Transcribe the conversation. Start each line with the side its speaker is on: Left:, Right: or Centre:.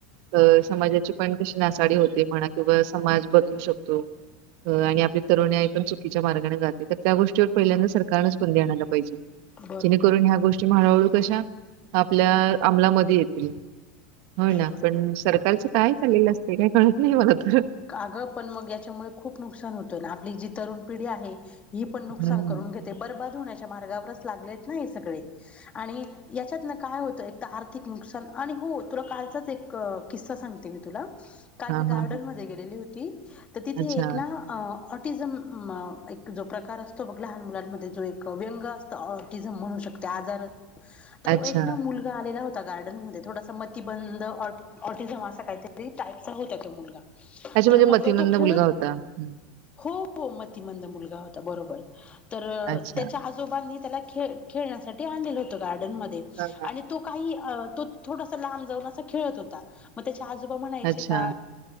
Right: अ समाजाची पण कशी नासाडी होते म्हणा किंवा समाज बदलू शकतो आणि आपल्या तरुणीई पण चुकीच्या मार्गाने जाते तर त्या गोष्टीवर पहिल्यांदाच सरकारनेच बंदी आणायला जेणेकरून
Left: बरोबर
Right: ह्या गोष्टी मळू कशा आपल्या अमलामध्ये येतील हो ना
Left: बरोबर
Right: पण सरकारच काय चाललेलं असते काय कळत नाही मला तर
Left: कागं पण मग याच्यामुळे खूप नुकसान होतंय आपली जी तरुण पिढी आहे ही पण नुकसान
Right: हम्म,
Left: करून घेते बर्बाद होण्याच्या मार्गावरच लागलेत ना हे सगळे आणि याच्यात ना काय होत आर्थिक नुकसान आणि हो तुला कालचाच एक किस्सा सांगते मी तुला काल
Right: हां,
Left: मी
Right: हां,
Left: गार्डन
Right: हां.
Left: म गेलेली होती तर तिथे
Right: अच्छा,
Left: एक ना िझम एक जो प्रकार असतो बघ लहान मुलांमध्ये जो एक व्यंग असतो ऑटिझम म्हणू शकते आजार अस आता
Right: अच्छा.
Left: एक ना मुलगा आलेला होता गार्डन मध्ये थोडासा मतीिबंद ऑटिझम असा काहीतरी टाईपचा होता तो मुलगा
Right: अच्छा
Left: तर
Right: म्हणजे
Left: मग
Right: मतिमंद
Left: तो खेळत
Right: मुलगा होता. हं.
Left: हो हो मतिमंद मुलगा होता बरोबर तर
Right: अच्छा.
Left: त्याच्या आजोबांनी त्याला खेळ- खेळण्यासाठी आणलेल होत गार्डन मध्ये
Right: हां, हां.
Left: आणि तो काही तो थोडासा लांब जाऊन अस खेळत होता मग त्याच्या आजोबा म्हणायचे
Right: अच्छा,
Left: का